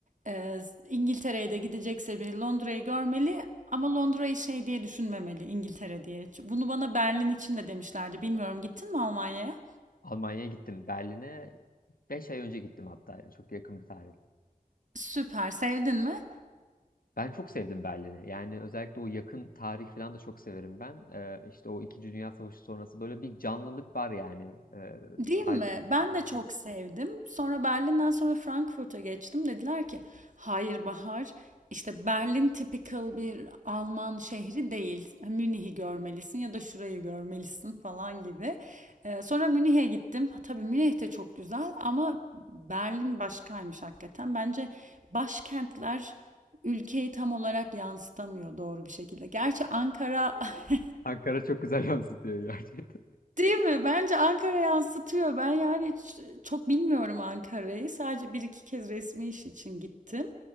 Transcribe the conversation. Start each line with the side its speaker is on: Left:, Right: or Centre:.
Right: Ee, İngiltere'ye de gidecekse biri Londra'yı görmeli ama Londra'yı şey diye düşünmemeli İngiltere diye. Bunu bana Berlin için de demişlerdi. Bilmiyorum gittin mi Almanya'ya?
Left: Almanya'ya gittim. Berlin'e 5 ay önce gittim hatta. Yani çok yakın bir tarih.
Right: Süper, sevdin mi?
Left: Ben çok sevdim Berlin'i. Yani özellikle o yakın tarih falan da çok severim ben. Ee, işte o İkinci Dünya Savaşı sonrası böyle bir canlılık var yani. Ee,
Right: Değil
Left: tarihin
Right: mi?
Left: içinde
Right: Ben
Left: yürümek.
Right: de çok sevdim. Sonra Berlin'den sonra Frankfurt'a geçtim. Dediler ki, hayır Bahar, işte Berlin typical bir Alman şehri değil. Münih'i görmelisin ya da şurayı görmelisin falan gibi. Ee, sonra Münih'e gittim. Tabii Münih de çok güzel ama Berlin başkaymış hakikaten. Bence başkentler ülkeyi tam olarak yansıtamıyor doğru bir şekilde. Gerçi Ankara <laughs>
Left: Ankara çok güzel yansıtıyor gerçekten.
Right: Değil mi? Bence Ankara yansıtıyor. Ben yani ç- çok bilmiyorum Ankara'yı. Sadece bir iki kez resmi iş için gittim.